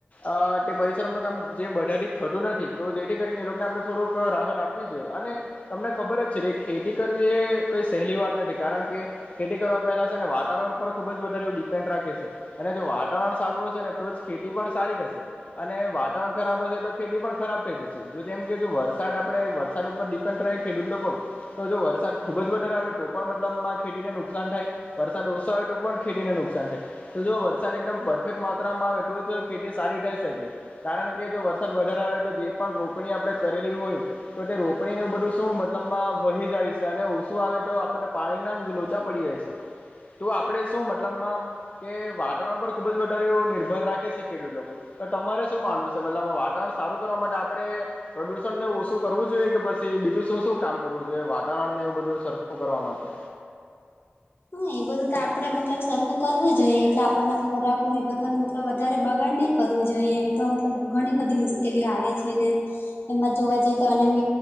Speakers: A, on the left; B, on the left.
A: અ તે પરિશ્રમનું કામ જે બધાથી જ થતું નથી તો જેથી કરીને એ લોકોને આપણે થોડુંક રાહત આપવી જોઈએ અને, તમને ખબર જ છે કે ખેતી કરવી એ કઈ સહેલી વાત નથી કારણ કે, ખેતી કરવા પહેલા છે ને વાતાવરણ ઉપર ખુબ જ વધારે ડિપેન્ડ રાખે છે. અને જો વાતાવરણ સારું હશે ને તો જ ખેતી પણ સારી થશે. અને વાતાવરણ ખરાબ હશે તો ખેતી પણ ખરાબ થઈ જશે જો તેમમ કેહેજ વરસાદ આપડે વરસાદ ઉપર, ત્ રહે ખેડૂત લોકો તો જો વરસાદ ખુબ જ વધારે આવે તો પણ મતલબમાં ખેતીને નુકસાન થાય. વરસાદ ઓછો હોય તો પણ ખેતીને નુકસાન થાય. તો જો વરસાદ એકદમ પરફેક્ટ માત્રામાં આવે તો ખેતી સારી થઈ શકે. કારણ કે જો વરસાદ વધારે આવે તો જે પણ રોપણી આપણે કરેલી હોય તો તે રો, આપણી બધું શું મતલબમાં વહી જાય છે અને ઓછું આવે તો આપણને પાણીના જ લોચા પડી જાય છે. તો આપણેે શું મતલબમાં, કે વાતાવરણ પર ખુબ જ વધારે એવું નિર્ભર રાખે છે ખેડૂત લોકો, તો તમારે શું માનવું છે મતલબ વાતાવરણ સારું કરવા માટે આપણે પ્રદુષણને ઓછું કરવું જોઈએ કે બસ, બીજું શું શું કામ કરવું જોઈએ વાતાવરણ ને એવું બધું સરખું કરવા માટે,
B: હા એ બધું તો આપડે મતલબ સરખું કરવું જોઈએ એટલે આપણને ખોરાક નું એ બધા મતલબ વધારે બગાડ નહી, કરવું જોઈએ એમ તો મતલબ ઘણી બધી મુશ્કેલીઓ આવે છે ને, એમાં જોવા જઈએ તો અનમ